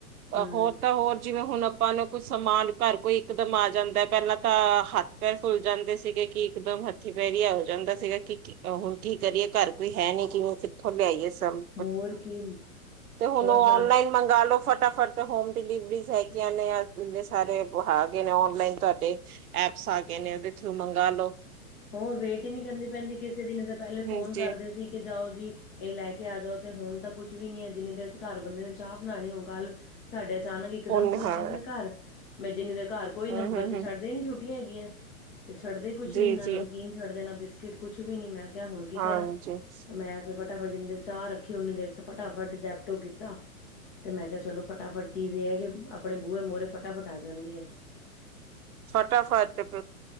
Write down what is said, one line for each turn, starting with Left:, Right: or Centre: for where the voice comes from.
Left: ਹੂੰ
Right: ਹੋਰ ਤਾਂ ਹੋਰ ਜਿਵੇਂ ਹੁਣ ਆਪਾਂ ਨੂੰ ਕੋਈ ਸਮਾਨ ਘਰ ਕੋਈ ਇਕਦਮ ਆ ਜਾਂਦੈ ਪੈਲਾਂ ਤਾਂ ਹੱਥ ਪੈਰ ਫੁੱਲ ਜਾਂਦੇ ਸੀਗੇ ਕੀ ਇਕਦਮ ਹੱਥੀ ਪੈਰੀ ਐ ਹੋ ਜਾਂਦਾ ਸੀਗਾ ਕਿ ਕੀ ਹੁਣ ਕੀ ਕਰੀਏ ਘਰ ਕੋਈ ਹੈ ਨੀ ਕਿਵੇਂ ਕਿੱਥੋਂ ਲਿਆਈਏ ਸਮ
Left: ਹੋਰ ਕੀ
Right: ਹੁਣ ਓ
Left: ਜ਼ਿਆਦਾ
Right: ਔਨਲਾਈਨ ਇਨ ਮੰਗਾ ਲੋ ਫਟਾਫਟ ਹੋਮ ਡਿਲੀਵਰੀਜ਼ ਹੈਗੀਆਂ ਨੇ ਜੇ ਸਾਰੇ ਹੈਗੇ ਨੇ ਔਨਲਾਈਨ ਤੁਹਾਡੇ। ਐਪਸ ਆ ਗਏ ਨੇ ਉਦੇ ਥਰੂ ਮੰਗਾਂਲੋ।
Left: ਹੋਰ ਵੇਟ ਈ ਨੀ ਕਰਨੀ ਪੈਂਦੀ ਕਿਸੇ ਦੀ ਤੇ ਪਹਿਲੇ ਫੋਨ
Right: ਹਮ, ਜੀ
Left: ਕਰਦੇ ਸੀ ਕੀ ਜਾਓ ਜੀ। ਇਹ ਲੈ ਕੇ ਆ ਜਾਓ ਤੇ ਹੁਣ ਤਾਂ ਕੁਛ ਵੀ ਨੀ ਹੈ ਜਿੰਨੀ ਦੇਰ 'ਚ ਘਰ ਬੰਦੇ ਨੇ ਚਾਹ ਬਣਾਣੀ ਹੁਣ ਕੱਲ੍ਹ ਸਾਡੇ ਅਚਾਨਕ ਇਕ
Right: ਉਹ
Left: ਦਮ ਕੋਈ
Right: ਹਾਂ
Left: ਆ ਗਿਆ ਘਰ ਮੈਂ ਜਿੰਨੀ ਦੇ ਘਰ ਕੋਈ
Right: ਹਮ
Left: ਨਾ
Right: ਹਮ
Left: ਬੱਚੇ
Right: ਹਮ
Left: ਛੱਡਦੇ ਹੀ ਨੀ ਛੋਟੀਆਂ ਹੈਗੀਆਂ। ਛੱਡਦੇ ਕੁਛ
Right: ਜੀ
Left: ਨੀ ਨਾ
Right: ਜੀ
Left: ਨਮਕੀਨ ਛੱਡਦੇ ਨਾ ਬਿਸਕਿਟ ਕੁਛ ਵੀ ਨੀ ਮੈਂ ਕਿਆ ਹੁਣ ਕੀ
Right: ਹਾਂਜੀ
Left: ਕਰਾਂ ਮੈਂ ਫਟਾਫਟ ਜਿੰਨੀ ਦੇਰ ਚਾਹ ਰੱਖੀ ਓਨੀ ਦੇਰ ਫਟਾਫਟ ਜੈਪਟੋ ਕੀਤਾ ਤੇ ਮੈਂ ਕਿਆ ਚਲੋ। ਫਟਾਫਟ ਚੀਜ਼ ਇਹ ਹੈ ਕਿ ਆਪਣੇ ਬੂਹੇ ਮੋਹਰੇ ਫਟਾਫਟ ਆ ਜਾਂਦੀ ਐ।
Right: ਫਟਾਫਟ ਤੇ